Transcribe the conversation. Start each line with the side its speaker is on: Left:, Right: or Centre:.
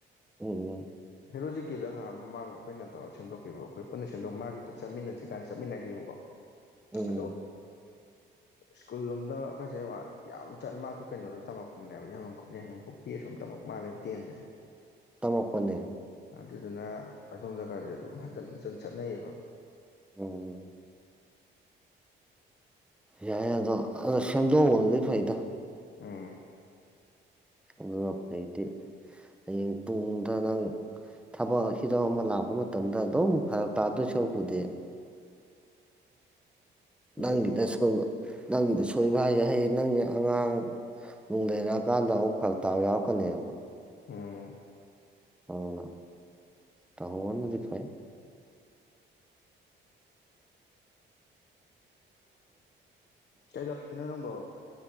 Centre: ꯎꯝ ꯎꯝ꯫
Left: ꯍꯦꯔꯣꯖꯤꯛꯀꯤꯗ ꯉꯥꯏꯍꯥꯟ ꯃꯃꯥꯡ ꯑꯩꯈꯣꯏꯅ ꯇꯧꯔ ꯁꯦꯝꯗꯣꯛꯈꯤꯕ ꯑꯩꯈꯣꯏ ꯄꯨꯟꯅ ꯁꯦꯝꯗꯣꯛ ꯃꯥꯒꯤꯗ ꯆꯠꯃꯤꯟꯅꯁꯤ ꯀꯥꯟꯅ ꯆꯠꯃꯤꯟꯅꯈꯤꯕꯀꯣ꯫
Centre: <inaudible>
Left: ꯑꯗꯣ꯫
Centre: <inaudible>
Left: ꯁ꯭ꯀꯨꯜ ꯂꯣꯝꯗ <unintelligible> ꯃꯥꯁꯨ ꯀꯩꯅꯣꯗ ꯇꯝꯃꯛꯄꯅꯦ ꯌꯥꯉꯥꯝ ꯌꯥꯡꯒꯪ ꯄꯦꯁ ꯑꯨꯝꯇꯧꯛ ꯃꯥꯜꯂꯦꯕ ꯇꯦꯟꯁꯦ
Centre: ꯇꯝꯃꯛꯄꯅꯦ
Left: ꯑꯗꯨꯗꯨꯅ ꯑꯗꯣꯝꯗꯒꯥꯥꯁꯦ ꯑꯗꯨꯝ ꯍꯟꯖꯤꯟ ꯍꯟꯖꯟ ꯆꯠꯅꯩꯌꯦꯕ
Centre: ꯎꯝ ꯌꯥꯏꯦꯗ ꯑꯗ ꯁꯦꯝꯝꯗꯣꯡꯗꯤ ꯐꯥꯏꯗ
Left: ꯎꯝ
Centre: ꯑꯗꯨꯒ ꯍꯧꯛꯇ ꯍꯌꯦꯡ ꯇꯨꯡꯗ ꯅꯪ ꯊꯕꯛ ꯍꯤꯔꯝ ꯑꯃ ꯂꯥꯛꯄ ꯃꯇꯝꯗ ꯑꯗꯨꯝ ꯐꯔꯛ ꯇꯥꯗꯣꯏ ꯁꯔꯨꯛ ꯄꯨꯗꯤꯦ
Left: ꯑꯗꯨꯅꯤꯅꯦ
Centre: ꯅꯪꯒꯤꯗꯣꯏꯕ ꯅꯪꯒꯤꯗ ꯁꯣꯏꯕ ꯍꯩ ꯍꯩ ꯅꯪꯒꯤ ꯑꯉꯥꯡ ꯅꯨꯡ ꯂꯩꯔꯛꯑꯀꯥꯟꯗ ꯑꯃꯨꯛ ꯐꯔꯛ ꯇꯥꯕ ꯌꯥꯎꯔꯛꯀꯅꯦꯕ
Left: ꯎꯝ
Centre: ꯑꯅ ꯇ ꯍꯅꯖꯤꯐꯥꯏ
Left: ꯀꯩꯗꯔꯃꯤꯅꯣ ꯅꯪꯕ